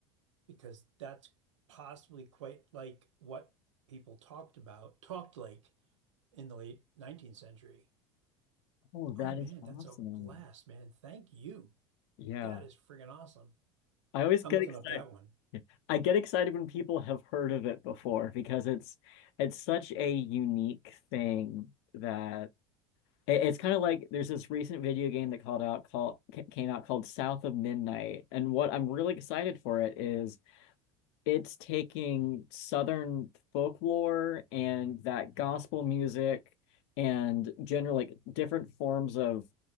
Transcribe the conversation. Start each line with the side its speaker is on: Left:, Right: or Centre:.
Right: because that's possibly quite like what people talked about, talked like in the late 19th century.
Left: Oh, that
Right: Oh man,
Left: is awesome.
Right: that's a blast, man. Thank you.
Left: Yeah.
Right: That is friggin' awesome.
Left: I always
Right: I'm
Left: get
Right: looking
Left: excited.
Right: up that one.
Left: Yeah. I get excited when people have heard of it before because it's it's such a unique thing that it- it's kind of like there's this recent video game that called out called ca- came out called South of Midnight, and what I'm really excited for it is it's taking Southern folklore and that gospel music and general like different forms of